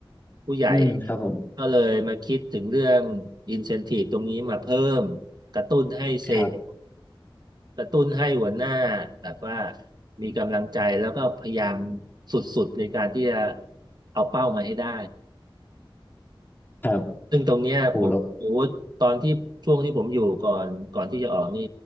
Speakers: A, on the right; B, on the left.
A: ผู้ใหญ่
B: อืมครับผม
A: ก็เลยมาคิดถึงเรื่องอินเซน i v e ตรงนี้มาเพิ่มกระตุ้นให้เซลล์
B: ครับ
A: กระตุ้นให้หัวหน้าแบบว่ามีกำลังใจแล้วก็พยายามสุดๆในการที่จะเอาเป้ามาให้ได้
B: ครับ
A: ซึ่งตรงเนี้ยผมโอ้โหตอนที่ช่วงที่ผมอยู่ก่อนก่อนที่จะออกนี่
B: โอ้โห